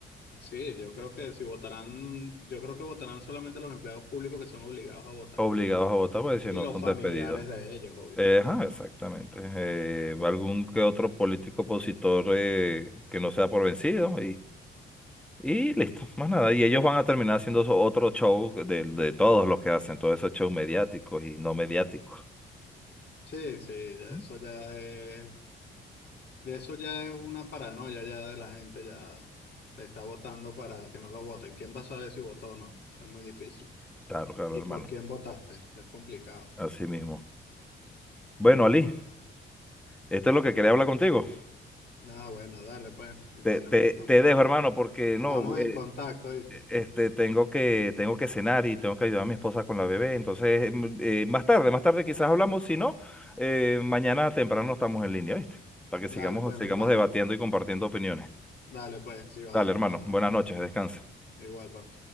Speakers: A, on the left; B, in the centre.
A: Sí, yo creo que si votarán, yo creo que votarán solamente los empleados públicos que son obligados a votar
B: Obligados a votar porque si
A: y
B: no
A: los
B: son
A: familiares
B: despedidos.
A: de ellos, obvio.
B: Eh, ajá, exactamente. Eh, algún que otro político opositor eh, que no sea por vencido Y listo, más nada. Y ellos van a terminar haciendo so- otro show de, de todos los que hacen, todos esos shows mediáticos y no mediáticos.
A: Sí, sí, ya
B: ¿Mm?
A: eso ya es De eso ya es una paranoia ya de la gente, ya está votando para que no lo voten. ¿Quién va a saber si votó o no? Es muy difícil.
B: Claro, claro,
A: ¿Y
B: hermano.
A: por quién votaste? Es complicado.
B: Así mismo. Bueno, Ali, esto es lo que quería hablar contigo.
A: Nada, bueno, dale pues, mi
B: Te,
A: pana.
B: te,
A: Estamos,
B: te dejo, hermano, porque no,
A: estamos
B: eh,
A: en contacto, ¿viste?
B: este, tengo que, tengo que cenar y tengo que ayudar a mi esposa con la bebé. Entonces, mm, eh, más tarde, más tarde quizás hablamos. Si no, eh, mañana temprano estamos en línea, ¿viste? Para que
A: Dale
B: sigamos,
A: pues,
B: sigamos
A: mi pana.
B: debatiendo y compartiendo opiniones.
A: Dale pues, si va,
B: Dale, hermano.
A: plomo.
B: Buenas noches, descansa.
A: Igual, papá.